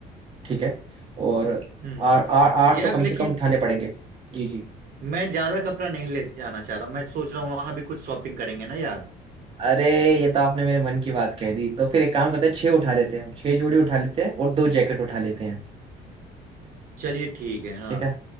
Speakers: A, on the right; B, on the right.
A: ठीक है और
B: हम्म
A: आ- आ- आठ
B: यार
A: तो कम
B: लेकिन
A: से कम उठाने पड़ेंगे जी जी
B: मैं ज्यादा कपड़ा नहीं ले जाना चाह रहा हूँ मैं सोच रहा हूँ वहां भी कुछ शॉपिंग करेंगे ना यार
A: अरे ये तो आपने मेरे मन की बात कह दी तो फिर एक काम करते हैं छह उठा लेते हैं हम छह जोड़ी उठा लेते हैं और दो जैकेट उठा लेते हैं
B: चलिए ठीक है हाँ
A: ठीक है